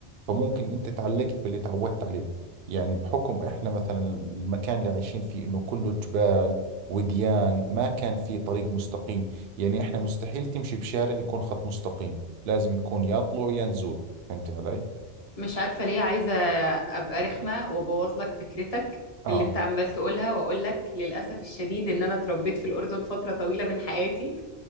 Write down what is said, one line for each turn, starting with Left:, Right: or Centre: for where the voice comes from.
Right: فممكن انت تعلقت باللي تعودت عليه يعني بحكم احنا مثلا المكان اللي عايشين فيه انه كله جبال وديان ما كان في طريق مستقيم يعني احنا مستحيل تمشي بشارع يكون خط مستقيم لازم يكون يا طلوع يا نزول فهمت علي؟
Left: مش عارفه ليه عايزه ابقى رخمه وابوظ لك فكرتك
Right: اه
Left: اللي انت عمال تقولها واقول لك للاسف الشديد ان انا اتربيت في الاردن فتره طويله من حياتي